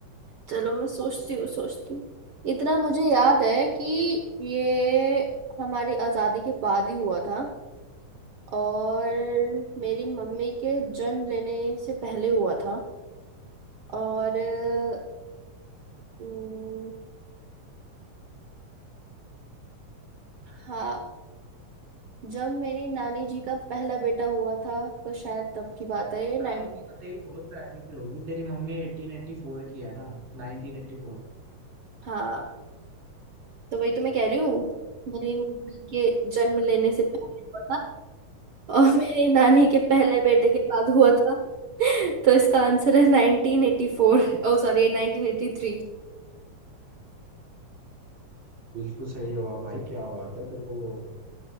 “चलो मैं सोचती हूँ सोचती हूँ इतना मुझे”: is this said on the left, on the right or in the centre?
Right